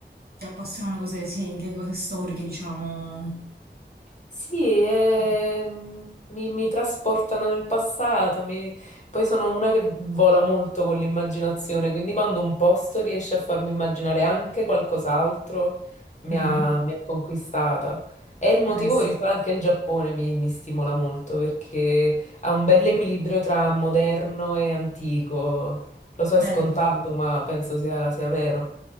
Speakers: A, on the right (about 55°); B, on the left (about 40°).
A: Ti appassionano le cose, sì, le cose storiche, diciamo.
B: Sì, eh,
A: Sì.
B: mi, mi trasportano nel passato, mi- poi sono una che vola molto con l'immaginazione, quindi quando un posto riesce a farmi immaginare anche qualcos'altro, mi
A: Mhm.
B: ha, mi ha conquistata. È il motivo
A: Eh sì,
B: per il quale anche il Giappone mi, mi stimola molto, perché ha un bel equilibrio tra moderno e antico. Lo so, è
A: vero.
B: scontato, ma penso sia sia vero.